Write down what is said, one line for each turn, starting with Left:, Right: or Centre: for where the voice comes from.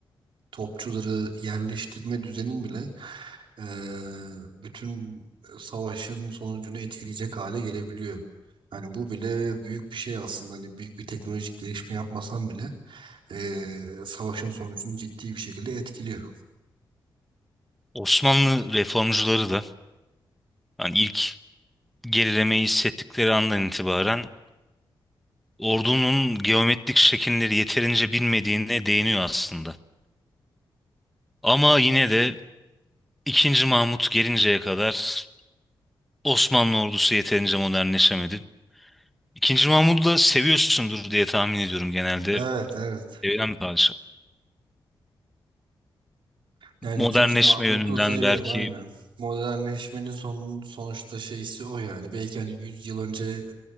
Right: topçuları yerleştirme düzenin bile e, bütün savaşın sonucunu etkileyecek hale gelebiliyor. Hani bu bile büyük bir şey aslında hani büyük bir teknolojik gelişme yapmasan bile e, savaşın sonucunu ciddi bir şekilde etkiliyor.
Centre: Osmanlı reformcuları da hani ilk gerilemeyi hissettikleri andan itibaren Ordunun geometrik şekilleri yeterince bilmediğine değiniyor aslında. Ama yine de 2. Mahmut gelinceye kadar Osmanlı ordusu yeterince modernleşemedi. 2. Mahmud'u da seviyorsundur diye tahmin ediyorum genelde.
Right: Evet, evet.
Centre: Sevilen bir padişah.
Right: Yani
Centre: Modernleşme
Right: ikinci Mahmut'u
Centre: yönünden
Right: sayıyorum
Centre: belki
Right: aynen. Modernleşmenin son, sonuçta şeysi o yani. Belki hani 100 yıl önce